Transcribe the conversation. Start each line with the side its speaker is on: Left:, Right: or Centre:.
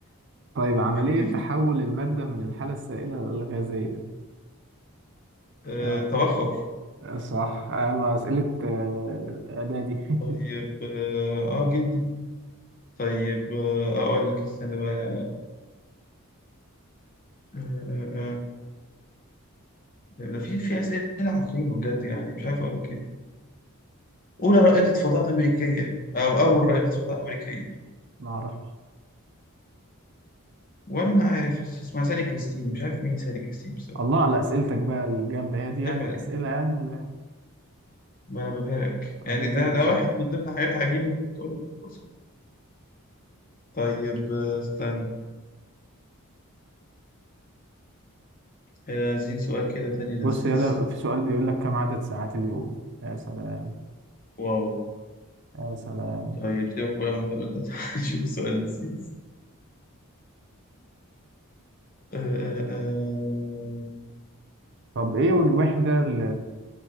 Right: طيب عملية
Left: كفاية
Right: تحول المادة من الحالة السائلة للغازية
Left: أه...
Right: يلا
Left: تبخر
Right: صح يلا أسئلة آه، إعدادي
Left: طيب
Right: <laughs>
Left: اه آه، جدا طيب آه، اقول لك استنى بقى آه، آه، آه. ده في في اسئله عقيمه بجد يعني مش عارف اقول لك ايه اولى رائده فضاء امريكيه او اول رائده فضاء امريكيه
Right: معرفش
Left: وانا ما عارف اسمها سالي كريستين مش عارف مين سالي كريستين بس
Right: الله على أسئلتك بقى الجامدة هي دي يعني
Left: عيب عليك
Right: الأسئلة يعني ال-
Left: ما انا ببهرك يعني
Right: هي دي
Left: ده
Right: الأسئلة
Left: ده واحد من ضمن حاجات عجيبه انت بتقولها بص. طيب آه، استنى آه، عايزين سؤال كده تاني لذيذ
Right: بص يلا في سؤال بيقول لك كم عدد ساعات اليوم يا سلام
Left: واو
Right: يا سلام
Left: طيب سيبك بقى من الهبل ده <laughs> شوف سؤال لذيذ آه، آه، آه.
Right: طب ايه الوحدة ل...